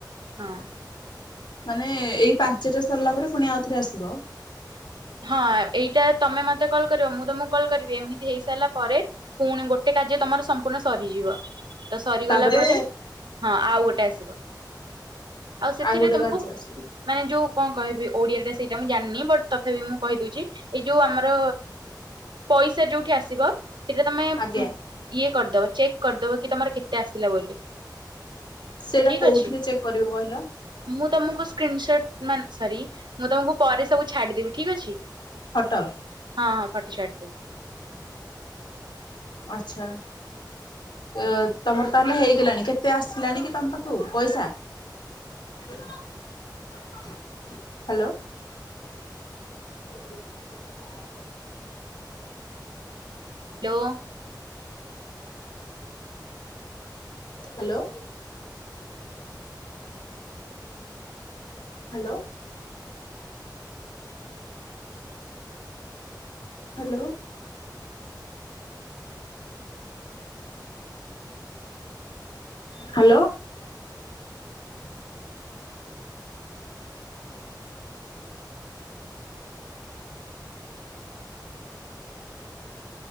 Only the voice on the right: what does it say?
ହଁ।
ହଁ ଏଇଟା ତମେ ମତେ କଲ୍ କରିବ ମୁଁ ତମକୁ କଲ୍ କରିବି ଏମିତି ହେଇ ସାରିଲା ପରେ ପୁଣି ଗୋଟେ କାର୍ଯ୍ୟ ତମର ସମ୍ପୂର୍ଣ୍ଣ ସରିଯିବ। ତ ସରିଗଲା
ପରେ ହଁ ଆଉ ଗୋଟେ ଆସିବ। ଆଉ ସେଥିରେ
ତମକୁ
ମାନେ ଯୋଉ କଣ କହିବି ଓଡ଼ିଆଟା ସେଇଟା ମୁଁ ଜାଣିନି ବଟ୍ ତଥାପି ମୁଁ କହିଦୋଉଚି ଏଇ ଯୋଉ ଆମର ପଇସା ଯୋଉଠି ଆସିବ ସେଟା ତମେ ଉ
ଇଏ କରିଦବ ଚେକ୍ କରିଦବ କି ତମର କେତେ ଆସିଲା ବୋଲି।
ଠିକ
ଅଛି
ମୁଁ ତମକୁ ସ୍କ୍ରିନସଟ୍ ମାନ୍ ସରି ମୁଁ ତମକୁ ପରେ ସବୁ ଛାଡିଦେବି ଠିକ୍ ଅଛି।
ହଁ ହଁ ଫଟୋ ଛାଡ଼ିଦେବି।
ହ୍ୟାଲୋ।